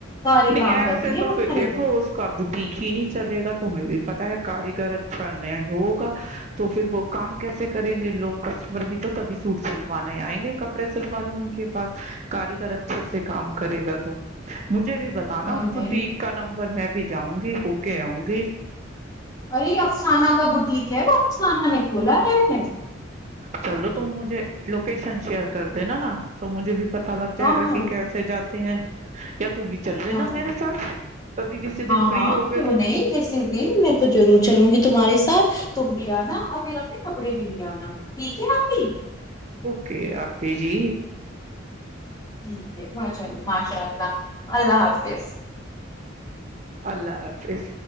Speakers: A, on the left (about 20°); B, on the right (about 35°).
A: سارے
B: نہیں
A: کام
B: ایسے
A: کر دیے
B: تو
A: ہمارے
B: پھر دیکھو
A: تو
B: اس کا بٹیک ہی نہیں چلےا تمہیں بھی پت ہے کاریگر اچھا نہیں ہوگا تو پھر وہ کام کیسے کریں گے لوگ کسٹمر بھی تو تبھی سوٹ سلوانے آئیں گے کپڑے سلوانے ان کے پاس کاریگر اچھے سے کام کرے گا تو مجھے بھی بتانا
A: ہاں
B: بوٹیک
A: ہے
B: کا نمبر میں بھی جاؤں گی ہو کے آؤں گی
A: ارے افسانہ کا بٹیک کیا بتنان نے بھولا ہے ہے
B: چلو تم مجھے لوکیشن شیئر کر دینا نا تو مجھے بھی پ اچھا لگ جائے
A: ہاں
B: گا
A: ہاں
B: کہ کیسے جات ہیں یا <unintelligible> لینا
A: ہاں
B: میرے
A: ہاں
B: ساتھ کبھی کسی دن
A: ہاں
B: فری
A: ہاں
B: ہو گئے
A: کیوں
B: تو
A: نہیں کیسسی دن میں تو ضرور چلوں گی تمہارے ساتھ ت ا <unintelligible> پھر اپنے کپڑے بھی لے آنا ٹھیک ہے ناپی
B: کہ آپے جی
A: ٹھیک ہے وہ چلو ماشاء اللہ اللہ حافظ
B: اللہ حافظ